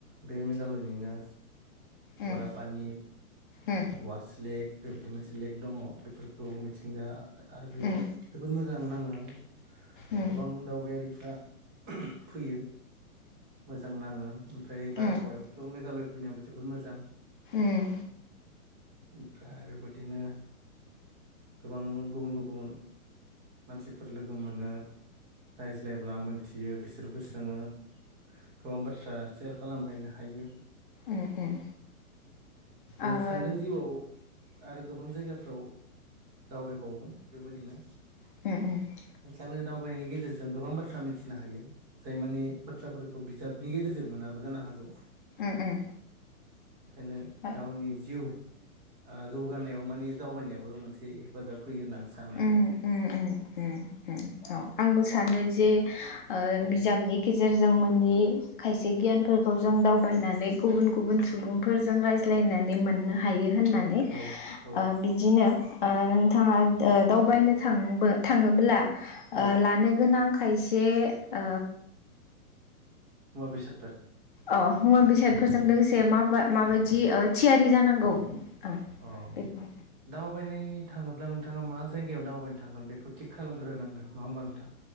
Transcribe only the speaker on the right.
बे मेघालयनिनो
बरापानि
वारस लेक बेबायदि मोनसे लेक दंङ। बेफोरखौ मिथिंगा आरो बेयाव
जोबोद मोजां नांङो
गोबां दावबायारिफ्रा फैयो मोजां नांङो ओमफ्राय बारहावायाबोथ'
मेघालय फोरनियाबो जोबोद मोजां।
ओमफ्राय बेबायदिनो गोबां गुबुन गुबुन मानसिफोर लोगो मोनो रायज्लायब्ला मोन थियो बिसोरबो सोङो गोबां बाथ्रा सेयार खालामलायनो हायो।
सान्दों जिउआव आरो गोबां जायगाफ्राव दावबायबावगोन बेबायदिनो।
आं सानो दावबायनायनि गेजेरजों गोबां बाथ्रा मिथिनो हायो जाय मानि बाथ्राफोर खौ बिजाबनि गेजेरजों मोनाबो जानो हागौ
बेखायनो
गावनि जिउ ओ जौगानायाव माने दावबायनायाबो मोनसे हेफाजाब फैयो होननानै आं सानो
आरो।
औ
औ औ
औ
मुवा बेसाद फोर
औ
अ
दावबायनाय थांङोब्ला नोंथांङा मा जायगायाव दावबायनो थांगोन बेखौ थिग खालामग्रोनांगोन नंङा होमबा नोंथां?